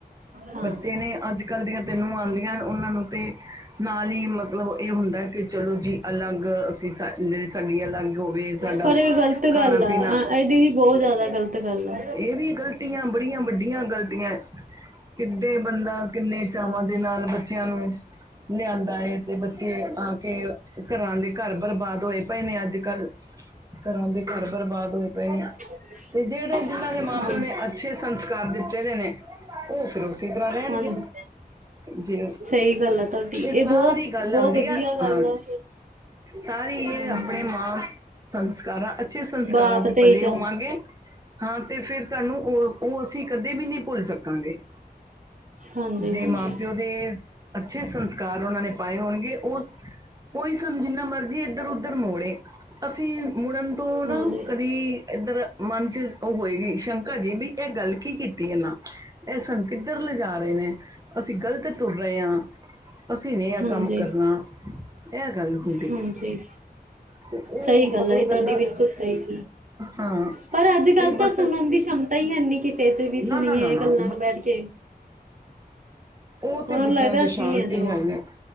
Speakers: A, on the right; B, on the right.
A: ਹਾਂ।
B: ਜੇ ਨੇ ਅੱਜ ਕੱਲ ਦੀਆਂ ਤੇ ਨੂੰਆ ਆਉਂਦੀਆਂ ਉਨਾਂ ਨੂੰ ਤੇ ਨਾਲ ਹੀ ਮਤਲਬ ਏ ਹੁੰਦਾ ਕਿ ਚਲੋ ਜੀ ਅਲੱਗ ਅਸੀ ਸ ਸੈ ਸਾਡੀ ਅਲੱਗ ਹੋਵੇ ਸਾਡਾ
A: ਪਰ ਇਹ ਗ਼ਲਤ
B: ਖਾਣਾ
A: ਗੱਲ ਆ
B: ਪੀਣਾ
A: ਇਹ ਦੀਦੀ ਬੌਤ ਜੈਦਾ ਗ਼ਲਤ ਗੱਲ ਆ।
B: ਏ ਵੀ ਗ਼ਲਤੀਆਂ ਬੜੀਆਂ ਵੱਡੀਆਂ ਗ਼ਲਤੀਆਂ ਕਿੱਡੇ ਬੰਦਾ ਕਿੰਨੇ ਚਾਵਾਂ ਦੇ ਨਾਲ ਬੱਚਿਆਂ ਨੂੰ ਲਿਆਂਦਾ ਏ ਤੇ ਬੱਚੇ ਆ ਕੇ ਘਰਾਂ ਦੇ ਘਰ ਬਰਬਾਦ ਹੋਏ ਪਏ ਨੇ ਅੱਜ-ਕੱਲ। ਘਰਾਂ ਦੇ ਘਰ ਬਰਬਾਦ ਹੋਏ ਪਏ ਨੇ।
A: <inaudible>
B: ਜੇੜੇ ਜਿਨ੍ਹਾਂ ਦੇ ਮਾਂ-ਪਿਓ
A: ਹਾਂਜੀ
B: ਨੇ ਅੱਛੇ ਸੰਸ ਕਾਰ ਦਿੱਤੇ ਦੇ ਨੇ ਓ ਫੇਰ ਓਸੀ ਤਰਾਂ ਰੈਣਗੇ।
A: ਹਾਂਜੀ
B: ਜੇ,
A: ਸਹੀ ਗੱਲ ਆ ਤੁਹਾਡੀ
B: ਏਹ
A: ਇਹ ਬਹੁਤ
B: ਸਾਰੀ ਗੱਲ
A: ਬਹੁਤ
B: ਆੰਦੀ
A: ਵਧੀਆ
B: ਐ,
A: ਗੱਲ
B: ਹਾਂ।
A: ਆ
B: ਸਾਰੀ ਏ
A: ਹਮ
B: ਅਪਣੇ ਮਾਂ ਸੰਸਕਾਰਾਂ ਅੱਛੇ ਸੰਸਕਾਰਾਂ
A: ਬਾਪ
B: ਚ
A: ਤੇ
B: ਪਲੇ
A: ਹੀ ਜਾਂ
B: ਹੋਵਾਂਗੇ ਹਾਂ ਤੇ ਫਿਰ ਸਾਨੂੰ ਓ, ਓ ਅਸੀਂ ਕਦੇ ਵੀ ਨੀ ਭੁੱਲ ਸਕਾਂਗੇ।
A: ਹਾਂਜੀ
B: ਜੇ
A: ਹਾਂਜੀ
B: ਮਾਂ ਪਿਓ ਦੇ ਅੱਛੇ ਸੰਸਕਾਰ ਉਨਾਂ ਨੇ ਪਾਏ ਹੋਣਗੇ ਓ ਕੋਈ ਸਾਨ ਜਿੰਨਾ ਮਰਜੀ ਇੱਧਰ-ਉੱਧਰ ਮੋੜੇ, ਅਸੀਂ ਮੁੜਨ ਤੋਂ ਨਾ
A: ਹਾਂਜੀ
B: ਕਦੀ ਇੱਧਰ ਮਨ ਚ ਓ ਹੋਏਗੀ ਸ਼ੰਕਾ ਜੀਨੀ, ਏ ਗੱਲ ਕੀ ਕੀਤੀ ਏਨਾ ਐ ਸਾਨੂੰ ਕਿੱਧਰ ਲਿਜਾ ਰਏ ਨੇ। ਅਸੀਂ ਗਲਤ ਤੁਰ ਰਏ ਆ। ਅਸੀਂ ਨੀ ਐ
A: ਹਾਂਜੀ
B: ਕੰਮ ਕਰਨਾ, ਐ ਗੱਲ ਹੁੰਦੀ
A: ਹਾਂਜੀ
B: ਐ। ਤੇ ਓ
A: ਸਹੀ ਗੱਲ
B: ਮਤਲਬ
A: ਆ ਇਹ
B: ਦੇਲਾ,
A: ਤੁਹਾਡੀ ਬਿਲਕੁਲ ਸਹੀ ਗੱਲ
B: ਹਾਂ।
A: ਪਰ ਅੱਜ ਕੱਲ
B: ਇਹ ਬਸ
A: ਤਾਂ ਸੁਣਨ ਦੀ ਛਮਤਾ ਈ ਹੈਨੀ ਕਿਤੇ ਜੇ ਵੀ
B: ਨਾ
A: ਸੁਣੀਏ
B: ਨਾ ਨਾ ਨਾ
A: ਗੱਲਾਂ ਨੂੰ ਬੈਠ ਕੇ।
B: ਓ
A: ਉਹਨਾਂ
B: ਤੇ ਬੱਚਿਆਂ
A: ਨੂੰ ਲੱਗਦਾ
B: ਚ
A: ਅਸੀਂ
B: ਸ਼ਾਂਤੀ
A: ਆ ਜੋ
B: ਹੈ ਨੀ।